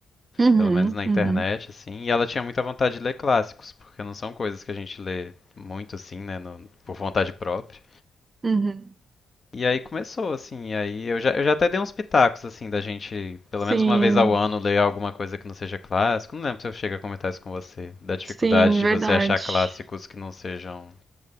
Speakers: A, on the right (about 30°); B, on the left (about 35°).
A: Uhum,
B: pelo menos na internet,
A: uhum,
B: assim. E ela tinha muita vontade de ler clássicos, porque não são coisas que a gente lê muito, assim, né, no- por vontade própria.
A: uhum.
B: E aí começou, assim, e aí eu já, eu já até dei uns pitacos, assim, da gente, pelo
A: Sim,
B: menos uma vez ao ano, ler alguma coisa que não seja clássico. Não lembro se eu chego a comentar isso com você, da dificuldade
A: sim,
B: de
A: verdade.
B: você achar clássicos que não sejam